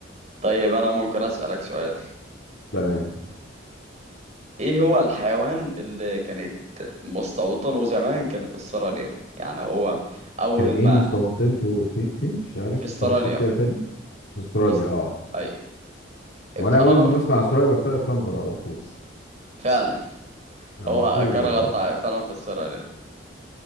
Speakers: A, on the right; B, on the left.
A: طيب انا ممكن اسالك سؤال
B: تمام
A: ايه هو الحيوان اللي كانت مستوطنه زمان كانت استراليا يعني هو اول
B: كان إيه
A: ما
B: مستوطنته فين فين مش عارف
A: في استراليا
B: التفاصيل كده تاني في أستراليا
A: في است...
B: أه
A: ايوه الكنغر
B: وأنا أول ما بسمع أستراليا بفتكر كنغر على طول
A: فعلا
B: على
A: هو
B: طول
A: الكنغر
B: يعني
A: طيب فعلا في استراليا